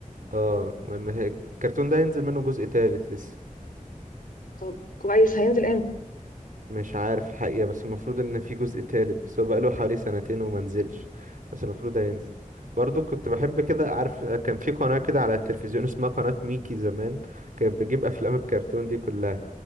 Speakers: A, on the right; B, on the left.
A: اه المهم هي- الكرتون ده ينزل منه جزء تالت لسه
B: طب كويس هينزل امتى
A: مش عارف الحقيقة بس المفروض ان في جزء تالت بس هو بقاله حوالي سنتين وما نزلش بس المفروض هينزل برضو كنت بحب كده عارف كان في قناة كده على التلفزيون اسمها قناة ميكي زمان كانت بتجيب افلام الكرتون دي كلها